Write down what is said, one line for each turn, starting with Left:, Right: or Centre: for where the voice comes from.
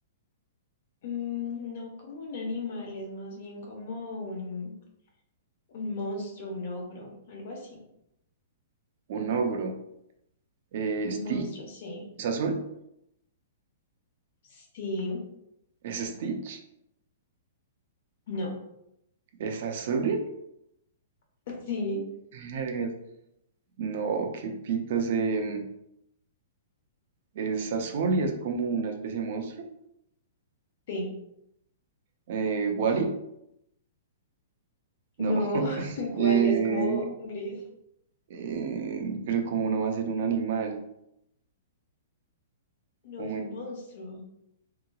Left: Mm, no como un animal, es más bien como un, un monstruo, un ogro, algo así.
Right: Un ogro. Eh,
Left: Un
Right: Stitch.
Left: monstruo, sí.
Right: ¿Es azul?
Left: Sí,
Right: ¿Es Stitch?
Left: no,
Right: ¿Es azul?
Left: <laughs> sí,
Right: Vergas. No, qué pitos. em, es azul y es como una especie de monstruo.
Left: sí.
Right: Eh, ¿Wally?
Left: No,
Right: No. <laughs>
Left: <laughs> ¿cuál?
Right: Eh,
Left: Y es como gris.
Right: eh, pero como no va a ser un animal.
Left: No
Right: Oh
Left: es
Right: my-
Left: un monstruo.